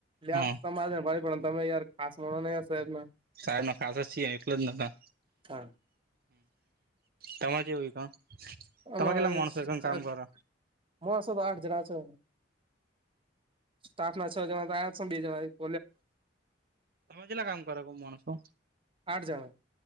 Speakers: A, on the right; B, on the right.
A: લેબ
B: હા
A: તમારેન હંભળવી પડે તમે યાર <inaudible> <unintelligible> <unintelligible>
B: સાહેબ નો ખાસ જ છીએ એટલે જ નોતા.
A: હા
B: તમાર ચેવું કામ.
A: અમારે
B: તમે કેટલા માણસો એકમ
A: ચા
B: કામ કરો
A: માણસો તો આઠ જણા છે. સ્ટાફ ના છ જણા તો આયા છે બે જણા એ.
B: તમે કેટલા કામ કરો માણસો
A: આઠ જણા